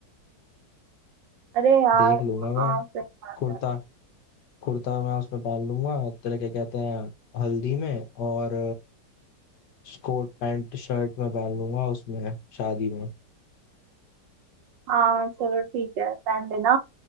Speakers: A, on the right (about 80°); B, on the left (about 70°).
A: अरे यार
B: देख लूंगा मैं
A: हाँ सही बात
B: कुर्ता
A: है
B: कुर्ता मैं उसमें पहन लूंगा तेरा क्या कहते हैं हल्दी में और कोट पैंट शर्ट में पहन लूंगा उसमें शादी में <clears throat>
A: हाँ चलो ठीक है पहन लेना